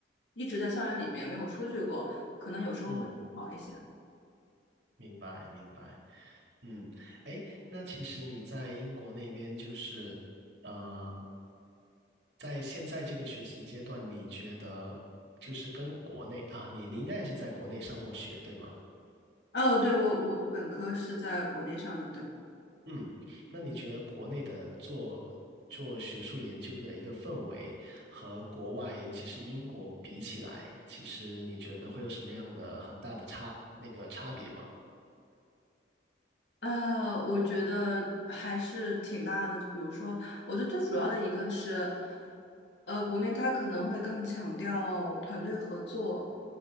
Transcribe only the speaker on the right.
嗯，明白，明白。嗯，哎，那其实你在英国那边就是，嗯、在现在这个学习阶段，你觉得就是跟国内啊，你你应该也是在国内上过学，对吗？
嗯，那你觉得国内的做做学术研究的一个氛围和国外，尤其是英国比起来，其实你觉得会有什么样的很大的差，那个差别吗？